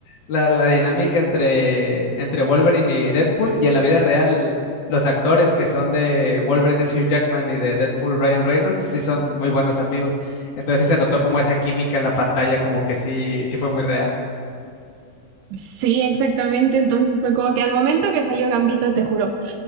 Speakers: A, on the left; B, on the right.
A: la, la dinámica entre, entre Wolverine y Deadpool. Y en la vida real, los actores que son de Wolverine es Hugh Jackman y de Deadpool Ryan Reynolds, sí son muy buenos amigos. Entonces sí se notó como esa química en la pantalla, como que sí, sí fue muy real.
B: sí, exactamente. Entonces fue como que al momento que salió Gambito, te juro,